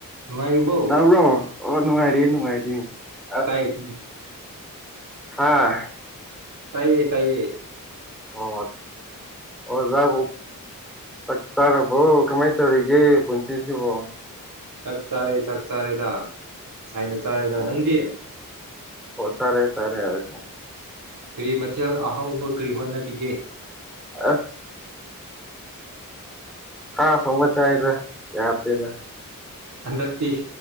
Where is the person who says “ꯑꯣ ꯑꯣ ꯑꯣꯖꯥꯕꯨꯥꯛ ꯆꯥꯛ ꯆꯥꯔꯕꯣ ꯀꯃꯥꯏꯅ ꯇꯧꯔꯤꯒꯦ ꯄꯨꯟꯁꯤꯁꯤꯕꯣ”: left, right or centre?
Centre